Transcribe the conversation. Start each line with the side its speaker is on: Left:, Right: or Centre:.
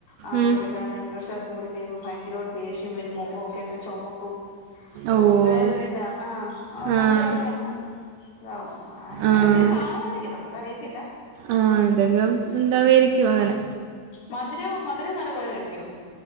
Left: ആ
Right: ഉം.
Left: പുള്ളിക്കാരന് പ്രഷർ കൂടി കഴിയുമ്പോ ഭയങ്കരായിട്ട് ദേഷ്യം വരും മൊഖൊക്കെ അങ്ങ് ചൊമക്കും.
Right: ഓഹ്.
Left: വേറൊരു ഇതാ ആ ആ ഭയങ്കരായിട്ടങ്ങ്
Right: ആഹ്.
Left: ഇതാവും. ആ എങ്ങനെ
Right: ആഹ്.
Left: എന്തേലും കാണുമായിരിക്കും നമുക്ക് അറിയത്തില്ല.
Right: ആ എന്തെങ്കും ഉണ്ടാവേയിരിക്കും അങ്ങനെ
Left: മധുരവും മധുരം നല്ല പോലെ കഴിക്കോ?